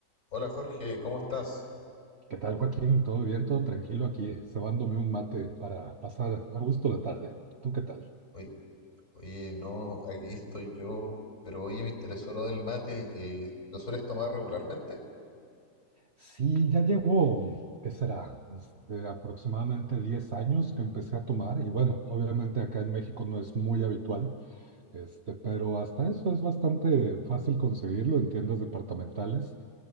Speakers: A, on the left (about 45°); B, on the right (about 45°).
A: Hola Jorge, ¿cómo estás?
B: ¿Qué tal, Joaquín? ¿Todo bien? ¿Todo tranquilo aquí? Cebándome un mate para pasar a gusto la tarde. ¿Tú qué tal?
A: Oye, oye, no, aquí estoy yo, pero oye, me interesó lo del mate. eh, ¿lo sueles tomar regularmente?
B: Sí, ya llevo, ¿qué será? Este, aproximadamente 10 años que empecé a tomar y bueno, obviamente acá en México no es muy habitual, este, pero hasta eso es bastante fácil conseguirlo en tiendas departamentales.